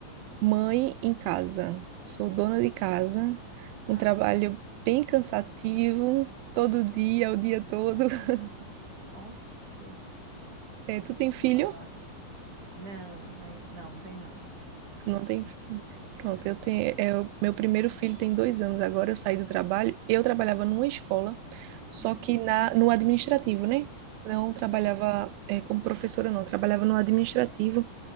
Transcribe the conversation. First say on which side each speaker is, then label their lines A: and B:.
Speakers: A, on the right; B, on the right.
A: mãe em casa, sou dona de casa, um
B: Ah,
A: trabalho bem cansativo, todo
B: Sim,
A: dia, o dia todo. <laughs>
B: com certeza.
A: É, tu tem filho?
B: Trabalho. Não, aí- não, não tem não.
A: Tu
B: Tem
A: não
B: filho.
A: tem filho? Pronto, eu tenho. é, o meu primeiro filho tem dois anos. Agora eu saí do trabalho. Eu trabalhava numa escola, só
B: Ah,
A: que na, no administrativo, né? Não trabalhava,
B: assim.
A: é, como professora, não. eu Trabalhava no administrativo.